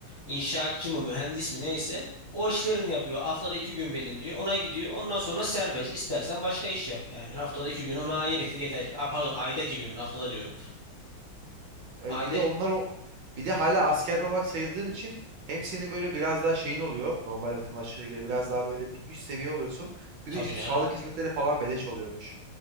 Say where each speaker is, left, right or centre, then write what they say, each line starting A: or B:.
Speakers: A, on the right; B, on the right.
A: inşaatçı mı, mühendis mi neyse. O işlerini yapıyor. Haftada iki gün belirliyor. Ona gidiyor. Ondan sonra serbest. İstersen başka iş yap. Yani haftada iki gün ona ayır yeter, yeter ki. Aa, pardon ayda iki günün haftada diyorum.
B: Evet,
A: Ayda
B: bir de onlar o bir de hala asker olarak sayıldığın için hem senin böyle biraz daha şeyin oluyor normal vatandaşlara göre biraz daha böyle bir üst seviye oluyorsun. Bir
A: tabii
B: de işte
A: canım.
B: sağlık hizmetleri falan beleş oluyormuş.